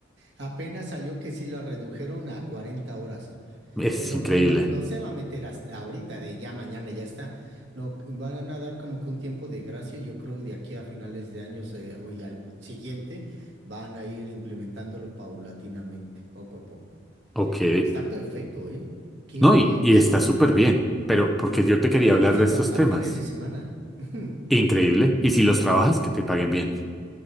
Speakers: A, on the right (about 65°); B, in the centre.
A: Apenas salió que sí la redujeron a 40 horas,
B: Es
A: pero
B: increíble.
A: que no, no se va a meter hasta ahorita, de ya mañana, ya está. No, van a dar como que un tiempo de gracia, yo creo de aquí a finales de años eh, o y al siguiente van a ir implementándolo paulatinamente, poco a poco.
B: Ok.
A: Y está perfecto, ¿eh? Qué
B: No,
A: bien.
B: y, y está súper bien. Pero porque yo te
A: Ya
B: quería
A: no vamos
B: hablar de
A: a
B: estos
A: trabajar
B: temas.
A: fines de semana. <laughs>
B: Increíble. Y si los trabajas, que te paguen bien.